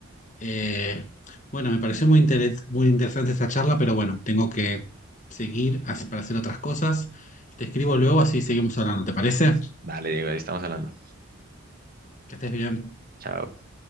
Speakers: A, on the left; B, on the right.
A: Eh, bueno, me pareció muy, interes- muy interesante esta charla, pero bueno, tengo que seguir as- para hacer otras cosas. Te escribo luego, así seguimos hablando, ¿te parece?
B: Vale, Diego, ahí estamos hablando.
A: Que estés bien.
B: Chao.